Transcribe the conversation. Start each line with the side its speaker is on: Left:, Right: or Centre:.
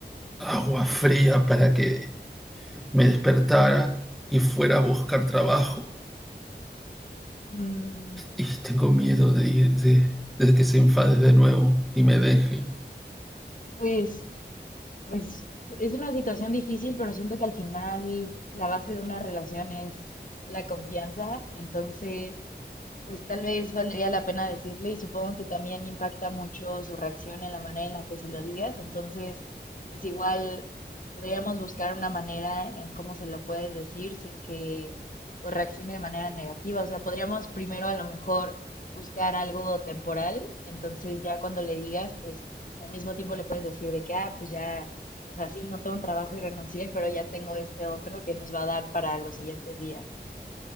Centre: agua fría para que me despertara y fuera a buscar trabajo
Left: Mm,
Centre: y, y tengo miedo de, ir- de, de que se enfade de nuevo y me deje.
Left: pues, pues es una situación difícil, pero siento que al final la base de una relación es la confianza, entonces... Pues tal vez valdría la pena decirle y supongo que también impacta mucho su reacción en la manera en la que se lo digas. Entonces, pues igual podríamos buscar una manera en cómo se lo puedes decir sin que pues reaccione de manera negativa. O sea, podríamos primero a lo mejor buscar algo temporal. Entonces ya cuando le digas, pues al mismo tiempo le puedes decir de que, ah, pues ya, o sea, sí, no tengo un trabajo y renuncié, pero ya tengo este otro que nos va a dar para los siguientes días.